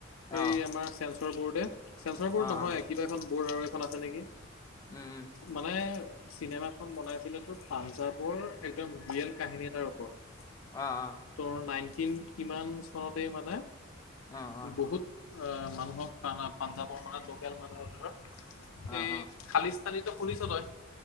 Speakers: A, on the left; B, on the left.
A: অ',
B: এই আমাৰ ছেলচ চৰ বৰ্ডে চেঞ্চৰ বৰ্ড
A: অ',
B: নহয়
A: অ',
B: কিবা এখন বৰ্ড আৰু এখন আছে নেকি
A: উম উম
B: মানে চিনেমা খন বনাইছিল তো পাঞ্জাৱৰ একদম ৰিয়েল কাহিনী এটাৰ ওপৰত
A: অ অ
B: ত নাইনটিন কিমান চনতে মানে
A: অ', অ',
B: বহুত আহ মানুহক পাঞ্জাৱৰ মানে লোকেল মানুহক ধৰক
A: অ',
B: এই
A: অ',
B: খালিস্তানী ত শুনিছ তই